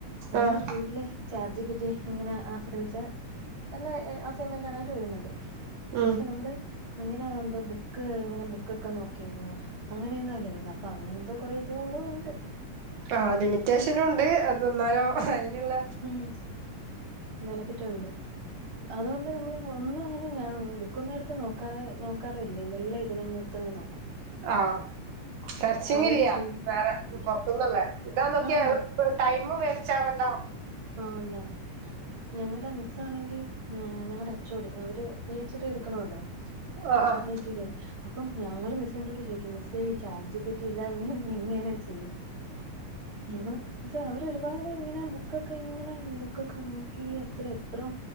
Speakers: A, on the right (about 30°); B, on the right (about 70°).
A: നമ്മള്
B: ആഹ്
A: ഫുള് ചാർജീപ്പിറ്റി ഇങ്ങനെ ആശ്രയിച്ച എല്ലാ അസൈൻമെന്റ് ആണേലും എഴുതു ന്നത്.
B: ഉം
A: പക്ഷെ നമ്മള് അങ്ങനെ എന്തോ ബുക്ക് ങ്ങനെ ബുക്കൊ നോക്കി. അങ്ങനെയൊന്നും അല്ലായിരുന്നു അപ്പൊ അങ്ങനത്തെ കൊറേ ഇതാളും ഉട്.
B: ആഹ് ലിമിറ്റേഷനുണ്ട്. അത് ന്നാലോ അതിന്ള്ള
A: മ് ബെനഫിറ്റ്ഉണ്ട്. അതോണ്ട് നമ്മള് ഒന്നും അങ്ങനെ ഞാൻ ബുക്കൊന്നും എടുത്ത് നോക്കാ നോക്കാറേഇല്ല. എല്ലാം ഇതിലാ പുസ്തകങ്ങൾ നോക്കും.
B: ആഹ് സെർച്ചിങ്ങില്ല.
A: അതും ചെയ്യും
B: വേറെ പൊർത്ത്ന്ന്ള്ളെ ഇതാ നോക്കി
A: ആഹ്
B: പ് ടൈമും വേസ്റ്റ് അവണ്ട.
A: ആ വേണ്ട ഞങ്ങടെ മിസ്സ ആണെങ്കിൽ ഞങ്ങളടെ അച്ചോടി അവര്. പി എച്ച് ഡി ഇടുക്കണല്ലോ
B: ആഹ് ആഹ്
A: പി എച്ച് ഡി അപ്പം ഞങ്ങള് മിസ്സ്എത് ചോദിക്കും. മിസോ ചാർജ് പറ്റിയില്ലതൊ ഇങ്ങനെ. <unintelligible> അപ്പൊ അവര് ഒരുപാട് ഇങ്ങനെ ബുക്കൊക്കെ ഇനെ ബുക്ക് ഒക്കെ നോക്കി എത്ര എത്ര.